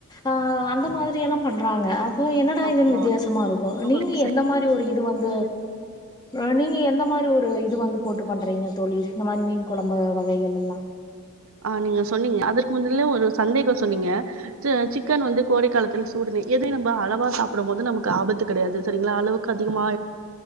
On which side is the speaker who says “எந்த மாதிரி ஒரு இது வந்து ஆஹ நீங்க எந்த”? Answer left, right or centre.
Left